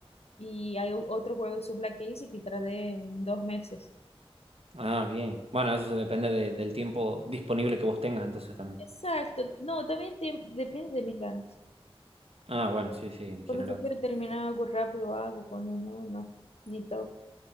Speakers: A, on the left (about 85°); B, on the right (about 75°).
A: y hay o- otro juego de Supla que hice que tardé en dos meses.
B: Ah, bien. Bueno, eso se depende de- del tiempo disponible que vos tengas entonces también.
A: Exacto, no, también te- depende de mis ganas.
B: Ah, bueno, sí, sí, en
A: Cuando
B: general.
A: yo quiero terminar algo rápido, hago, cuando no, no, ni toco.